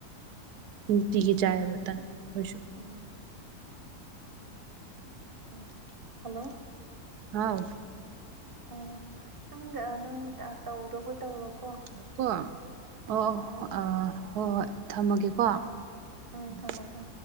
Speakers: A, on the right; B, on the right.
A: ꯅꯨꯡꯇꯤꯒꯤ ꯆꯥꯏꯌꯦꯕ ꯇꯟ ꯑꯩꯈꯣꯏꯁꯨ
B: ꯎ ꯎꯝ ꯍꯜꯂꯣ
A: ꯍꯥꯎ
B: ꯑꯣ ꯅꯪ ꯅꯪ ꯇꯧꯗꯕꯨ ꯇꯧꯔꯣꯀꯣ
A: ꯀꯣ ꯑꯣ
B: ꯑꯥ
A: ꯑ ꯍꯣꯏ ꯍꯣꯏ ꯊꯝꯃꯒꯦꯀꯣ
B: ꯑꯥ
A: ꯎꯝ
B: ꯊꯝꯃꯣ ꯊꯝꯃꯣ